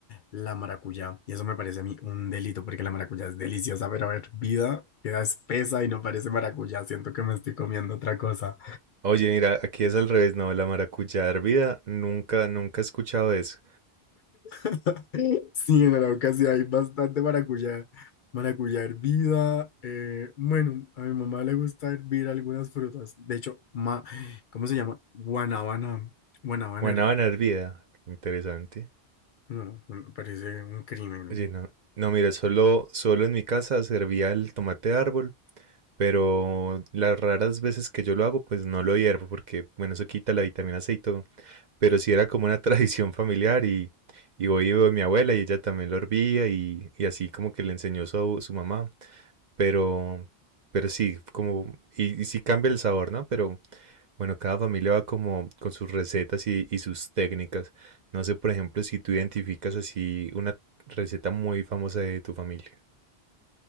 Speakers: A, on the left; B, on the right.
A: la maracuyá. Y eso me parece a mí un delito porque la maracuyá es deliciosa, pero hervida queda espesa y no parece maracuyá. Siento que me estoy comiendo otra cosa.
B: Oye, mira, aquí es al revés, no, la maracuyá hervida, nunca, nunca he escuchado eso.
A: <laughs> Sí, en Arauca sí hay bastante maracuyá, maracuyá hervida. eh, bueno, a mi mamá le gusta hervir algunas frutas. De hecho, ma, ¿cómo se llama? Guanábana. Guanábana.
B: Guanábana
A: her-
B: hervida, interesante.
A: No, me parece un crimen.
B: Oye, no, no, mira, solo, solo en mi casa se hervía el tomate árbol pero las raras veces que yo lo hago, pues no lo hiervo porque, bueno, eso quita la vitamina C y todo. Pero sí era como una <laughs> tradición familiar y, y voy y veo a mi abuela y ella también lo hervía y, y así como que le enseñó su, su mamá. Pero, pero sí, como, y, y sí cambia el sabor, ¿no? Pero bueno, cada familia va como con sus recetas y, y sus técnicas. No sé, por ejemplo, si tú identificas así una receta muy famosa de tu familia.